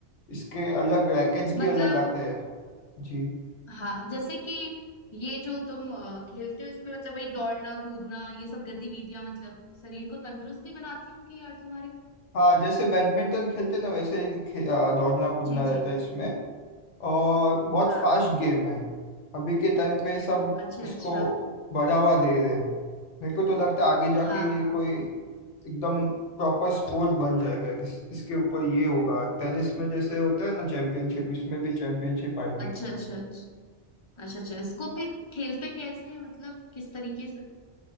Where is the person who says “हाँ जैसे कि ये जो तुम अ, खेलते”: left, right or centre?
Left